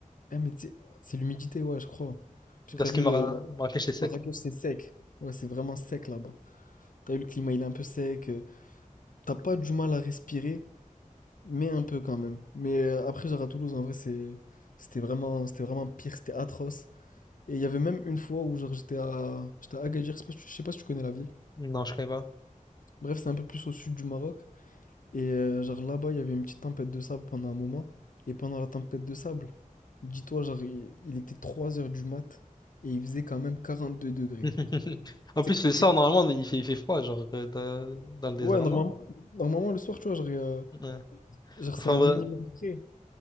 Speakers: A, on the left; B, on the left.
A: eh, mais tu sais, c'est l'humidité, ouais, je crois. Parce
B: Parce
A: que t'as vu,
B: que Mara-
A: euh,
B: Marrakech, c'est sec,
A: Marrakech,
B: quoi.
A: c'est sec. Ouais, c'est vraiment sec là-bas. T'as vu, le climat, il est un peu sec. euh, T'as pas du mal à respirer, mais un peu quand même. Mais euh, après, genre à Toulouse, en vrai, c'est, c'était vraiment, c'était vraiment pire, c'était atroce. Et il y avait même une fois où genre j'étais à, j'étais à Agadir, je sais pas si tu je sais pas si tu connais la ville.
B: Non, je connais pas.
A: Bref, c'est un peu plus au sud du Maroc. Et euh, genre là-bas, il y avait une petite tempête de sable pendant un moment. Et pendant la tempête de sable, dis-toi, genre, il, il était 3 heures du mat et il faisait quand même 42 degrés.
B: <laughs> En
A: C'est-
B: plus, le soir,
A: c'est-
B: normalement, il fait, il fait froid, genre, euh, dans, dans le désert,
A: Ouais, normalement,
B: non?
A: normalement, le soir, tu vois, genre, euh,
B: Ouais.
A: genre,
B: Enfin,
A: c'est un
B: bre-
A: minimum de degrés.